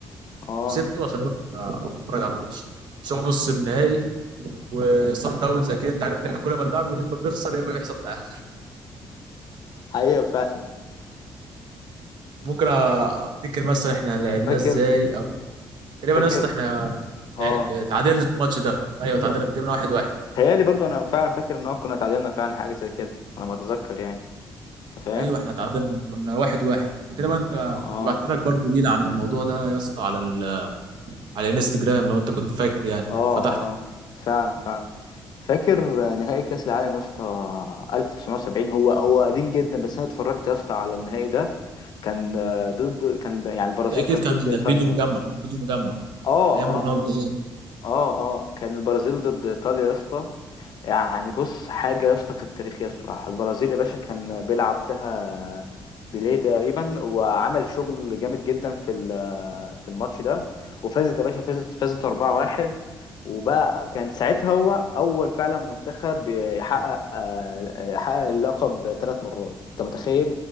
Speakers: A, on the left (about 60°); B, on the right (about 75°).
A: اه
B: وسبته عشان اروح آه، اتفرج على الماتش شغل نص النهائي وصن داونز اكيد انت عارف ان احنا كل ما نلعبه يا اما بنخسر يا اما بيحصل تعادل
A: حقيقه فعلا
B: ممكن أ- افتكر مثلا احنا لعبناه
A: فاكر
B: ازاي او تقريبا
A: فاكر
B: يا اسطى احنا
A: اه
B: لع- تعادلنا في الماتش ده ايوه تعادلنا في جبنا واحد واحد
A: تهيألي برضو انا فعلا فاكر ان هو كنا اتعادلنا فعلا حاجه زي كده على ما اتذكر يعني انت فاهم
B: ايوه احنا تعادلنا كنا واحد واحد وتقريبا انت
A: اه
B: كنت بعت لك برضه ريل عن الموضوع ده يا اسطى على ال... على الانستجرام لو انت كنت فاكر يعني
A: اه
B: او فتحته
A: اه فعلا فعلا فاكر نهائي كاس العالم يا اسطى 1970 هو هو قديم جدا بس انا اتفرجت يا اسطى على النهائي ده كان آه، ضد كان يعني البرازيل
B: اكيد
A: كانت
B: كان
A: ضد ايطاليا
B: فيديو مجمع كان فيديو مجمع
A: اه
B: ايام
A: اه
B: رونالدو
A: اه اه كان البرازيل ضد ايطاليا يا اسطى يعني بص حاجة يا اسطى كانت تاريخية الصراحة البرازيل يا باشا كان بيلعب فيها بيليه تقريبا وعمل شغل جامد جدا في ال- في الماتش ده وفازت يا باشا فازت فازت 4-1 وبقى كان ساعتها هو أول فعلا منتخب يحقق آه، يحقق اللقب ثلاث مرات أنت متخيل؟